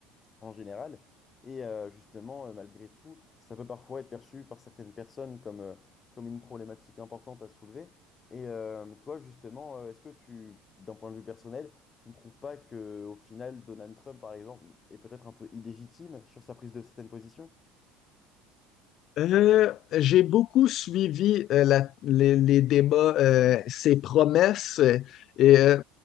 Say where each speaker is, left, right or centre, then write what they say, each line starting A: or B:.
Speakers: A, on the left (about 20°); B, on the left (about 45°).
A: en général. Et euh, justement, euh, malgré tout, ça peut parfois être perçu par certaines personnes comme, euh, comme une problématique importante à soulever. Et euh, toi, justement, euh, est-ce que tu, d'un point de vue personnel, tu ne trouves pas que, au final, Donald Trump, par exemple, est peut-être un peu illégitime sur sa prise de certaines positions?
B: Euh, j'ai beaucoup suivi euh, la- les, les débats, euh, ses promesses euh, et euh,